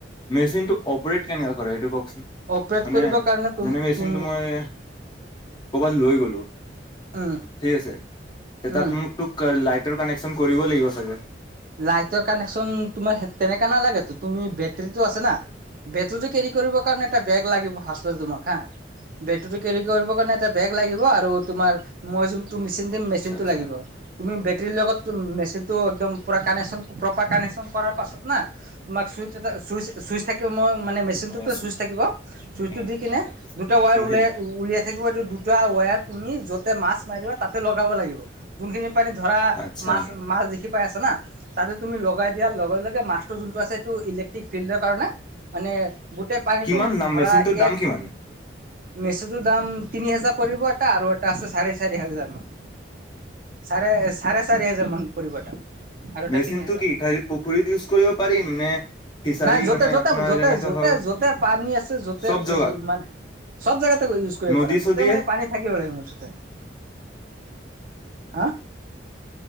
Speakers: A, on the left; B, on the right.
A: মেচিনটো অপাৰেট কেনেকুৱা কৰে, সেইটো কওকচোন?
B: অপাৰেট
A: মানে
B: কৰিবৰ কাৰণে তুম
A: যেনে মেচিনটো
B: তুম
A: মই কৰবাত লৈ গ'লো
B: উম
A: ঠিক আছে,
B: উম
A: তাত মোক তোক লাইটৰ কানেকন কৰিব লাগিব চাগে?
B: লাইটৰ কানেকচন তোমাৰ তেনেকা নালাগেতো, তুমি বেটৰীটো আছে না বেটেৰী তো কেৰি কৰিবৰ কাৰণে এটা বেগ লাগিব ফাৰ তমাৰ হা। বেটেৰী তু কেৰি কৰিবৰ কাৰণে এটা বেগ লাগিব আৰু তোমাৰ মই যোন টো মেচিন দিম মেচিন
A: আচ্ছা
B: টো
A: আচ্ছা।
B: লাগিব। তুমি বেটেৰীৰ লগত মেচিন টো একদম পুৰা কানেকশ্যন প্ৰপাৰ কানেকশ্যন কৰাৰ পাছত না তোমাক চুইচ এটা চুইচ চুইচ থাকিব মই মানে মেচিনটোতো
A: অ', আছে
B: চুইচ থাকিব। চুইচটো
A: উম,
B: দি কিনে দুটা ৱায়াৰ উলাই উলিয়াই থাকিব এইটো দুটা ৱায়াৰ পুনি য'তে মাছ মাৰি তাতে লগাব লাগিব ।যোনখিনি পানীত ধৰা
A: আচ্ছা
B: মাছ মাছ দেখি পাই আছে না তাতে তুমি লগাই দিয়াৰ লগে লগে মাছটো যোনটো আছে এইটো ইলেক্ট্ৰিক ফিল্ডৰ কাৰণে মানে গোটেই পানীটো
A: কিমান
B: ম
A: দাম
B: ধৰা
A: মেচিনটোৰ দাম
B: এক-
A: কিমান?
B: মেচুটোৰ দাম তিনি হাজাৰ পৰিব এটা আৰু এটা আছে চাৰে চাৰি হাজাৰ মান। চাৰে, চাৰে চাৰি হাজাৰ মান পৰিব এটা। আৰু এটা
A: মেচিনটো
B: তিনি হাজাৰ।
A: কি? খালি পুখুৰীত ইউজ কৰিব পাৰিম নে? ফিচাৰী
B: নাই য'তে,
A: মানে
B: য'তে,
A: আপোনাৰ
B: য'তে,
A: যেনেকে
B: য'তে,
A: হওক
B: য'তে পানী আছে য'তে
A: চব জগাত
B: মানে- সব জাগাতে ইউজ কৰিব
A: নদী
B: পাৰা।
A: চদীয়ে
B: য'তে মানে পানী থাকিব লাগে মোঠতে। হা।